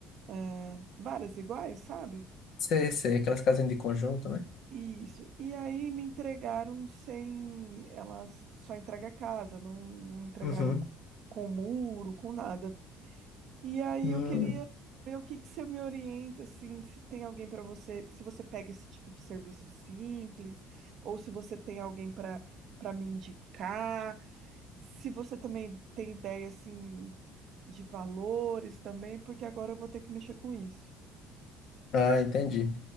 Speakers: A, on the right; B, on the left.
A: é, várias iguais, sabe?
B: Sei, sei, aquelas casinhas de conjunto, né?
A: Isso. E aí me entregaram sem. Elas só entregam a casa, não, não entregaram
B: uhum.
A: co- com muro, com nada. E aí
B: Hum,
A: eu queria ver o que que você me orienta, assim, se tem alguém para você, se você pega esse tipo de serviço simples, ou se você tem alguém para para me indicar, se você também tem ideia, assim, de valores também, porque agora eu vou ter que mexer com isso.
B: Ah, entendi.